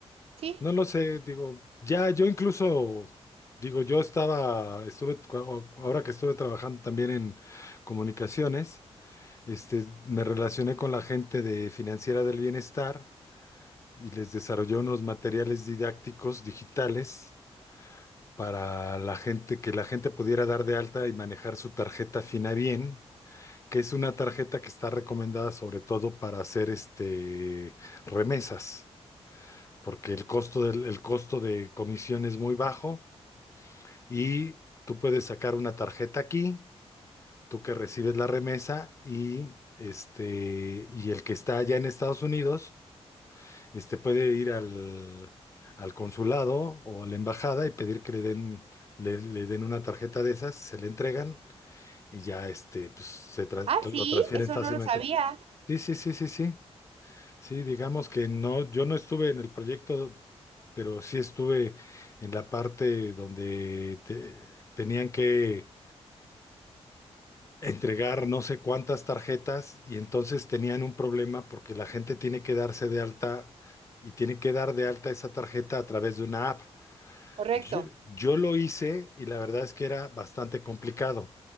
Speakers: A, on the right; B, on the left.
A: ¿sí?
B: No lo sé, digo, ya yo incluso, digo, yo estaba, estuve, cu- o- ahora que estuve trabajando también en comunicaciones, este, me relacioné con la gente de Financiera del Bienestar y les desarrollé unos materiales didácticos digitales para la gente, que la gente pudiera dar de alta y manejar su tarjeta Finabien, que es una tarjeta que está recomendada sobre todo para hacer este, remesas porque el costo del, el costo de comisión es muy bajo y tú puedes sacar una tarjeta aquí, tú que recibes la remesa y este y el que está allá en Estados Unidos, este puede ir al, al consulado o a la embajada y pedir que le den le, le den una tarjeta de esas, se le entregan y ya este pues, se trans-
A: Ah, sí,
B: lo transfieren
A: eso
B: fácilmente.
A: no lo sabía.
B: Sí, sí, sí, sí, sí. Sí, digamos que no, yo no estuve en el proyecto, pero sí estuve en la parte donde te- tenían que entregar no sé cuántas tarjetas y entonces tenían un problema porque la gente tiene que darse de alta y tiene que dar de alta esa tarjeta a través de una app.
A: Correcto.
B: Yo, yo lo hice y la verdad es que era bastante complicado.